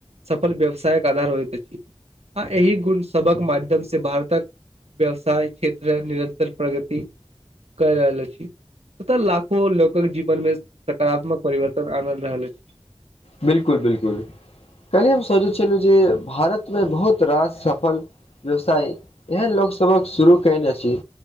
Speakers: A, on the right (about 80°); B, on the left (about 75°).
A: सफल व्यवसायक आधार होइत अछि। एहि गुण सबक माध्यम से भारतक व्यवसाय, क्षेत्र, निरंतर प्रगति कय रहल अछि। तथा लाखो लोकक जीवन मे सकारात्मक परिवर्तन आनि रहल अछि।
B: बिलकुल बिलकुल, काल्हि हम सोचै छलहुँ जे भारतमे बहुत रास सफल व्यवसाय एहन लोकसभक शुरू कयल अछि